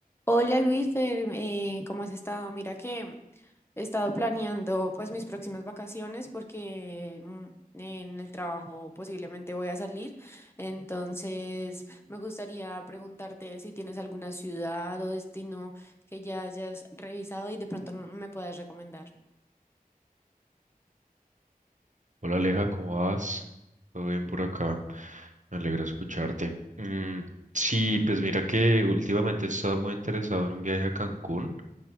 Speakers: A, on the left (about 15°); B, on the right (about 55°).
A: Hola Luis, ¿cómo has estado? Mira que he estado planeando pues mis próximas vacaciones porque mm, en el trabajo posiblemente voy a salir. Entonces me gustaría preguntarte si tienes alguna ciudad o destino que ya hayas revisado y de pronto no- me puedas recomendar.
B: Hola Aleja, ¿cómo vas? ¿Todo bien por acá? Me alegra escucharte. Mm, sí, pues mira que últimamente he estado muy interesado en un viaje a Cancún,